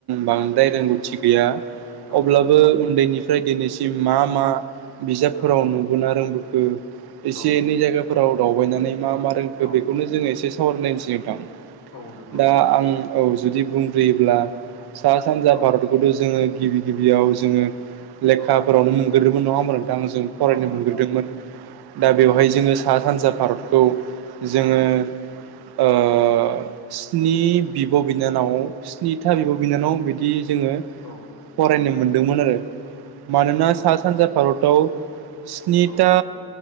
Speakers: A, on the right (about 70°); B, on the left (about 80°).
A: बांद्राय रोंगौथि गैया।
B: औ
A: अब्लाबो उन्दैनिफ्राय दिनैसिम मा मा बिजाबफोराव
B: औ
A: नुबोना रोंबो खो एसे
B: औ
A: एनै जायगाफोराव दावबायनानै मा मा रोंखो
B: औ
A: बेखौनो जोङो एसे सावरायलायसै नोंथां।
B: औ नंगौ
A: दा आं औ जुदि बुंग्रोयोब्ला सा सानजा
B: औ
A: भारतखौथ' जोङो गिबि गिबियाव जोङो लेखाफोरावनो
B: औ
A: मोनगोरोबो नङा होमबा नों आं जों फरायनो
B: औ नंगौ
A: मोनग्रोदोंमोन
B: नंगौ
A: दा बेवहाय जोङो सा सानजा भारतखौ जोङो
B: औ
A: ओ स्नि बिब' बिनानाव स्निथा
B: औ
A: बिब' बिनानाव बिदि जोङो
B: औ
A: फरायनो
B: औ
A: मोनदोंमोन आरो
B: औ
A: मानोना
B: नंगौ
A: सा सानजा भारताव स्निथा
B: औ